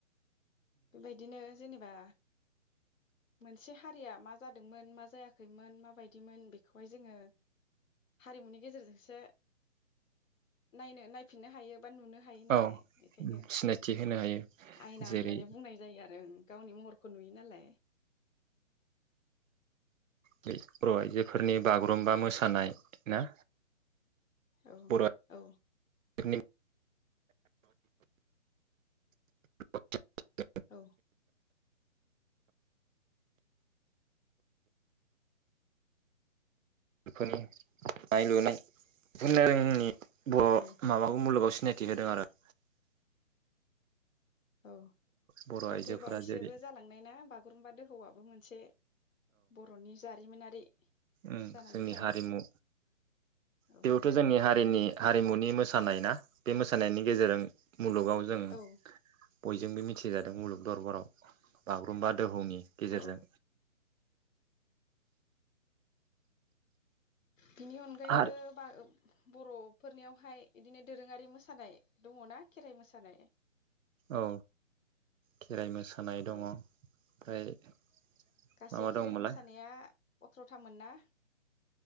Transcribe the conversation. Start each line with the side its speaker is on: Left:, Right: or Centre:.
Left: बे बायदिनो जेनेबा मोनसे हारिया मा जादोंमोन मा जाया खैमोन माबायदिमोन बेखौहाय जोङो हारिमुनि गेजेरजोंसो नायनो नायफिननो हायो बा नुनो हायो नालाय
Right: औ
Left: बेखायनो
Right: सिनायथि होनो हायो
Left: आयना
Right: जेरै
Left: होननानै बुंनाय जायो आरो ओं गावनि महरखौ नुयो नालाय।
Right: बे बर' आइजोफोरनि बागुरुम्बा मोसानाय ना?
Left: औ
Right: बर'
Left: औ
Right: आइजोफोरनि ब <inaudible>
Left: औ
Right: फोरनि दानाय लुनाय <unintelligible> बर'
Left: औ
Right: माबाखौ मुलुगाव सि सिनायथि होदों आरो
Left: औ
Right: बर'
Left: दाख्लै
Right: आइजोफोरा
Left: बावैसोबो
Right: जेरै
Left: जालांनाय ना बागुरुम्बा दोहौआबो मोन से बर'नि जारिमिनारि
Right: ओम
Left: जानानै
Right: जोंनि
Left: थाबाय
Right: हारिमु
Left: औ
Right: बेयावथ' जोंनि हारिनि हारिमुनि मोसा हानाय ना बे मोसानायनि गेजेरजों मुलुगाव जों
Left: औ
Right: बयजोंबो मिथिजादों मुलुग दरबाराव बागुरुम्बा दोहौनि गेजेरजों।
Left: औ बिनि अनगायैबो
Right: आरो
Left: बा ओ बर'फोरनियावहाय बिदिनो दोरोङारि मोसानाय दङना खेराइ मोसानाय
Right: औ खेराइ मोसा सानाय दङ
Left: औ
Right: ओमफ्राय मा
Left: गासै
Right: मा
Left: खेराइ
Right: दङमोनलाय
Left: मोसानाया अथ्र'थामोन ना?